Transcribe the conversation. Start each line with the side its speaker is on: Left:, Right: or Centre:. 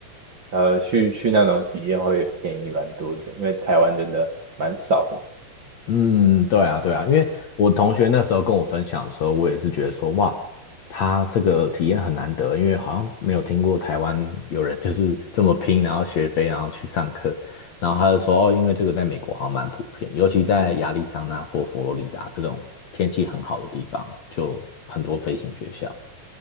Right: 呃去去那种体验会便宜蛮多的，因为台湾真的蛮少的。
Left: 嗯，对啊，对啊，因为我同学那时候跟我分享的时候，我也是觉得说，哇，他这个体验很难得，因为好像没有听过台湾有人就是这么拼，然后学飞，然后去上课。然后他就说，哦，因为这个在美国好像蛮普遍，尤其在亚利桑那或佛罗里达这种天气很好的地方，就很多飞行学校。